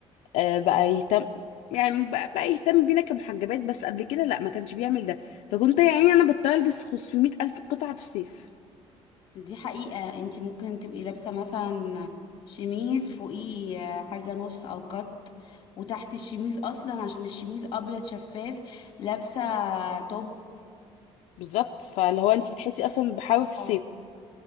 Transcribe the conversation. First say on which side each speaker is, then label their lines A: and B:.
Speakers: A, on the left; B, on the left.
A: آه بقى يهتم يعني بقى, بقى يهتم بينا كمحجبات بس قبل كده لا ما كانش بيعمل ده فكنت يعني انا بضطر البس 500 الف قطعة في الصيف
B: دي حقيقة انت ممكن تبقي لابسة مثلا شميز فوقيه آه، حاجة نص او كت وتحت الشميز اصلا عشان الشميز ابيض شفاف لابسة توب
A: بالظبط فاللي هو انت بتحسي اصلا بحاول في الصيف
B: اه